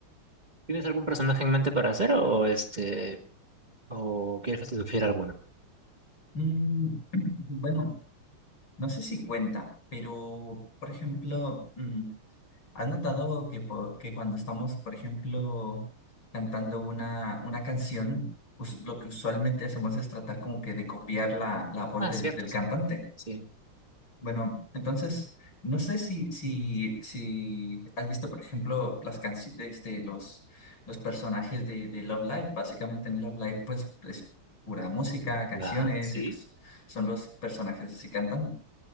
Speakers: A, on the right; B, on the left.
A: ¿Tienes algún personaje en mente para hacer o este o quieres que te sugiera alguno?
B: Mm, <clears throat> bueno, no sé si cuenta, pero, por ejemplo, mm, ¿has notado que, po- que cuando estamos, por ejemplo, cantando una, una canción, us- lo que usualmente hacemos es tratar como que de copiar la, la voz
A: Ah,
B: del,
A: cierto,
B: del
A: cierto.
B: cantante?
A: Sí.
B: Bueno, entonces, no sé si, si, si has visto, por ejemplo, las canciones, este, los, los personajes de, de Love Live. Básicamente en Love Live, pues, es pura música, canciones,
A: Ya, sí.
B: y pues son los personajes así cantando.